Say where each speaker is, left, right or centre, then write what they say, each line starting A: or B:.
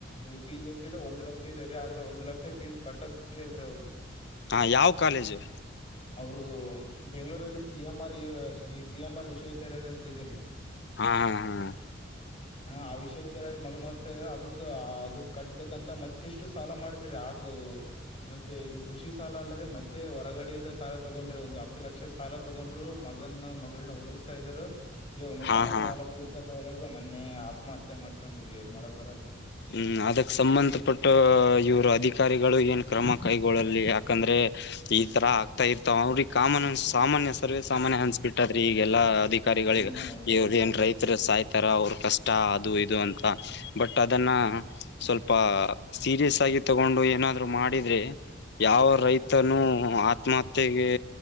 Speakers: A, on the left; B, on the left.
A: ಫೀಸ್ ಎಷ್ಟಿದೆ ಒಂದು ಲಕ್ಷ ಇದೆ ರೀ ಆದ್ರ ಒಂದು ಲಕ್ಷ ಫೀಸ್ ಕಟ್ಟೋಕ್ ಆಗ್ಲಿಲ್ರರಿ ಅವ್ರಿಗೆ
B: ಹಾ ಯಾವ ಕಾಲೇಜು
A: ಅವರು ಬೆಂಗಳೂರಲ್ಲಿ C M R C M R ವಿಶ್ವವಿದ್ಯಾಲಯದ ಅಂತ ಇದರಿ
B: ಹಾ ಹಾ ಹಾ
A: ಹ ಆ ವಿಶ್ವವಿದ್ಯಾಲಯದ ಮಗನತ ಅದಕ್ ಅದಕ್ ಕಟ್ಬೇಕಂತ ಮತ್ತಿಷ್ಟು ಸಾಲ ಮಾಡಿದ್ರಿ ತಾಸು ಮತ್ತೆ ಇದು ಕೃಷಿ ಸಾಲ ಅಲ್ಲದೆ ಮತ್ತೆ ಹೊರಗಡೆಯಿಂದ ಸಾಲ ತಗೊಂಡ್ರೆ ಒಂದು ಹತ್ತು ಲಕ್ಷ ಸಾಲ ತಗೊಂಡ್ರು ಮಗನ ಮಗಳನ್ನ ಓದಿಸ್ತಾ ಇದರು ಇವಾಗ ಮತ್ತೆ
B: ಹಾ ಹಾ
A: ಆ
B: ಹಾ
A: ಸಾಲ ತೀರ್ಸಕ್ ಆಗ್ಲಾರದು ಮೊನ್ನೆ ಆತ್ಮಹತ್ಯೆ ಮಾಡ್ಕೊಂಡ್ರಿ ಏನ್ ಮಾಡಕ್ ಬರಲ್ಲಲ್
B: ಹ್ಮ್ ಅದಕ್ ಸಂಬಂಧಪಟ್ಟ ಇವ್ರ ಅಧಿಕಾರಿಗಳು ಏನ್ ಕ್ರಮ ಕೈಗೊಳ್ಳಲ್ಲಿ ಯಾಕಂದ್ರೆ ಈ ತರ ಆಗ್ತಾ ಇರ್ತಾವ ಅವ್ರಿಗೆ ಕಾಮನ್ ಸಾಮಾನ್ಯ ಸರ್ವೇ ಸಾಮಾನ್ಯ ಅನ್ಸಬಿಟ್ಟದ್ರಿ ಈಗೆಲ್ಲಾ ಅಧಿಕಾರಿಗಳಿಗೆ
A: ಹ್ಮ ಹೌದ್ರಿ
B: ಇವರು ಏನ್ ರೈತರು ಸಾಯ್ತಾರ ಅವ್ರ ಕಷ್ಟ ಅದು ಇದು ಅಂತ ಬಟ್ ಅ ಅದನ್ನ ಸ್ವಲ್ಪ ಸೀರಿಯಸ್ ಆಗಿ ತಗೊಂಡು ಏನಾದ್ರು ಮಾಡಿದ್ರೆ ಯಾವ ರೈತನು ಆತ್ಮಹತ್ಯೆ